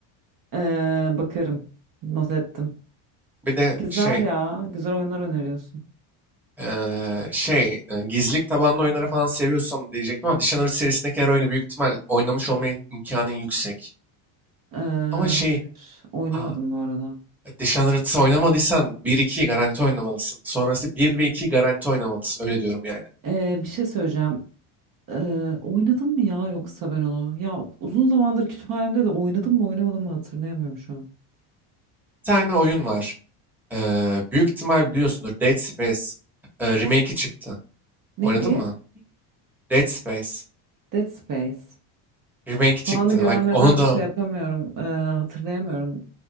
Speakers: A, on the right; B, in the centre.
A: Ee, bakarım. Not ettim.
B: Bir de
A: Güzel
B: şey
A: ya. Güzel oyunlar öneriyorsun.
B: eee, şey e, gizlilik tabanlı oyunları falan seviyorsan diyecektim ama Dishonored serisindeki her oyunu büyük ihtimal oynamış olma imkanın yüksek.
A: Ee,
B: Ama şey
A: hayır. Oynamadım
B: aa,
A: bu arada.
B: Dishonored'ı oynamadıysan bir 2yi garanti oynamalısın. Sonrası bir ve 2'yi garanti oynamalısın. Öyle diyorum yani.
A: Ee, bir şey söyleyeceğim. Ee, oynadım mı ya yoksa ben onu? Ya uzun zamandır kütüphanemde de oynadım mı oynamadım mı hatırlayamıyorum şu an.
B: Bir tane oyun var. Ee, büyük ihtimal biliyorsundur. Dead Space e, remake'i çıktı.
A: Ne
B: Oynadın
A: diye?
B: mı? Dead Space
A: Dead Space.
B: remake'i
A: Kapağını
B: çıktı.
A: görmeden
B: Bak onu da
A: şey yapamıyorum. ee, hatırlayamıyorum.